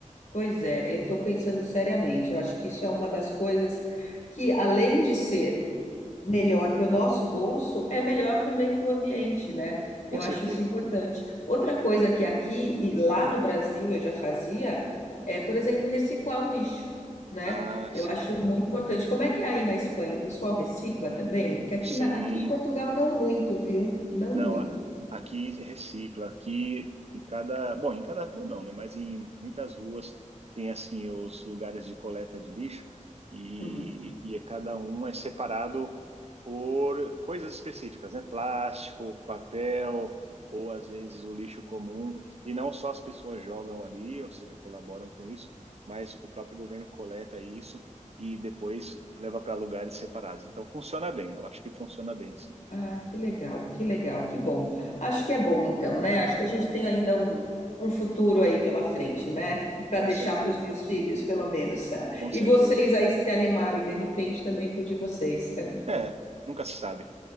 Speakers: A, on the left; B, on the right.
A: Pois é, eu estou pensando seriamente. Eu acho que isso é uma das coisas que, além de ser melhor para o nosso bolso, é melhor também para o ambiente, né?
B: com
A: Eu
B: certeza.
A: acho isso importante. Outra coisa que aqui e lá no Brasil eu já fazia é, por exemplo, reciclar o lixo, né?
B: Ah,
A: Eu
B: sim.
A: acho muito importante. Como é que é aí na Espanha? O pessoal recicla também? Que aqui,
B: Sim.
A: na- aqui em Portugal não muito, viu? Não
B: Não,
A: muito.
B: a- aqui recicla, aqui em cada, bom, em cada rua não, né? Mas em muitas ruas tem assim os lugares de coleta de lixo e,
A: Uhum.
B: e é- cada um é separado por coisas específicas, né? Plástico, papel ou às vezes o lixo comum e não só as pessoas jogam ali, ou seja, colaboram com isso, mas o próprio governo coleta isso e depois leva para lugares separados. Então funciona bem, eu acho que funciona bem, sim,
A: Ah, que legal, que legal, que bom. Acho que é bom, então, né? Acho que a gente tem ainda um, um futuro aí pela frente, né? Para
B: com
A: deixar
B: certeza.
A: para os meus filhos, pelo menos. <laughs>
B: Com
A: E
B: certeza.
A: vocês aí se animarem, de repente, também para de vocês. É
B: É, nunca se sabe.